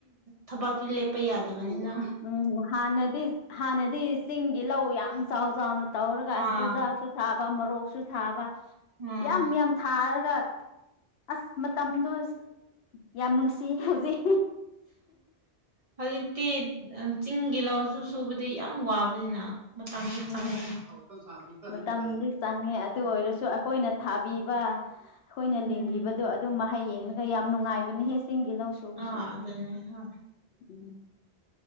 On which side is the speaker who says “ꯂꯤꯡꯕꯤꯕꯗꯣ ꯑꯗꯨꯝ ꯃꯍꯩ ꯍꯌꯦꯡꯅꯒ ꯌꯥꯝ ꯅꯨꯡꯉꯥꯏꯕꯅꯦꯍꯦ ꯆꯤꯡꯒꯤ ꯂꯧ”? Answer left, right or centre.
Left